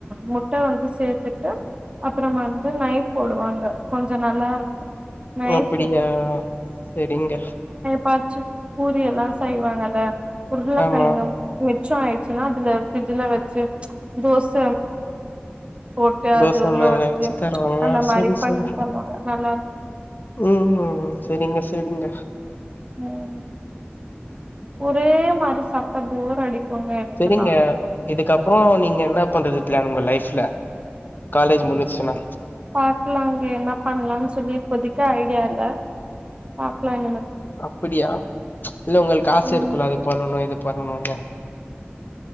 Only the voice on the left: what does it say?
அப்டியா சேரிங்க
ஆமா
தோச
மேல
தருவாங்களா
செரி
செரி
ம் செரிங்க செரிங்க
செரிங்க இதுக்கப்றோ நீங்க என்ன பண்றது பிளான் உங்க லைஃப்ல காலேஜ் முடிஞ்சிச்சுன்னா
அப்டியா இல்ல உங்களுக்கு ஆச
இருக்குல அது பண்ணணும் இது பண்ணனும்னு